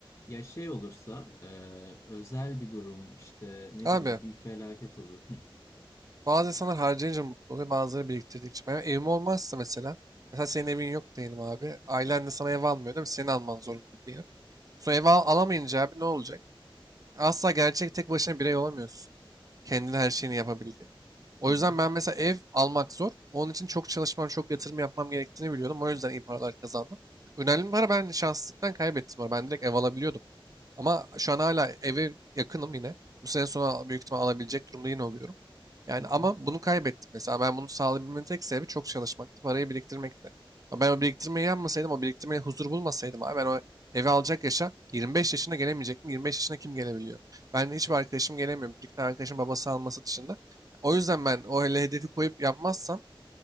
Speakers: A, on the left; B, on the right.
A: ya şey olursa e, özel bir durum işte ne
B: Abi
A: bileyim bir felaket olur. Hı
B: Bazı insanlar harcayınca mutlu oluyor, bazıları biriktirdikçe. Benim evim olmazsa mesela, mesela senin evin yok diyelim abi. Ailen de sana ev almıyor değil mi? Senin alman zorunda diyelim. Sonra ev al- alamayınca abi ne olacak? Asla gerçek tek başına birey olamıyorsun. Kendine her şeyini yapabildin. O
A: hı
B: yüzden ben mesela ev almak zor. Onun için çok çalışmam, çok yatırım yapmam gerektiğini biliyordum. O yüzden iyi paralar kazandım. Önemli bir para ben şanssızlıktan kaybettim. orada. Ben direkt ev alabiliyordum. Ama şu an hala eve yakınım yine. Bu sene sonu büyük ihtimal alabilecek durumda yine oluyorum. Yani
A: hı hı
B: ama bunu kaybettim mesela. Ben bunu sağlayabilmemin tek sebebi çok çalışmaktı. Parayı biriktirmekti. Ama ben o biriktirmeyi yapmasaydım, o biriktirmeye huzur bulmasaydım abi ben o evi alacak yaşa 25 yaşında gelemeyecektim. 25 yaşına kim gelebiliyor? Ben hiçbir arkadaşım gelemiyor. Bir iki tane arkadaşım babası alması dışında. O yüzden ben o hele hedefi koyup yapmazsam